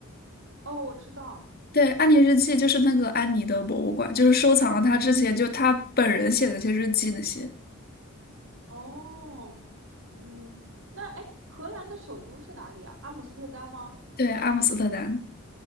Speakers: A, on the right (about 65°); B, on the left (about 45°).
A: 哦，我知道。
B: 对，《安妮日记》就是那个安妮的博物馆，就是收藏了她之前就她本人写的那些日记那些。
A: 哦嗯，那哎，荷兰的首都是哪里啊？阿姆斯特丹吗？
B: 对，阿姆斯特丹。